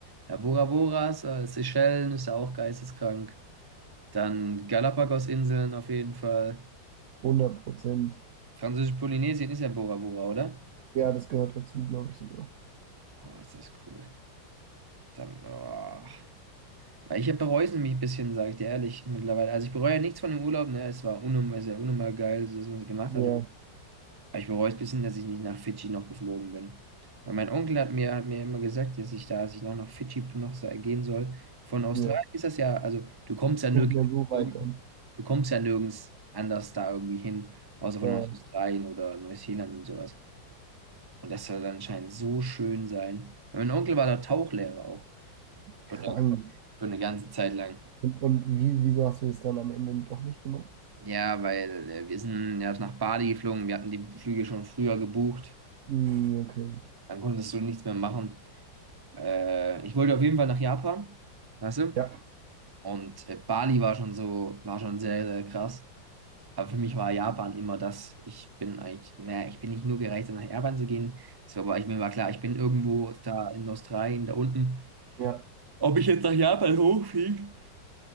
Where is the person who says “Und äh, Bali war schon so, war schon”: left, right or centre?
Right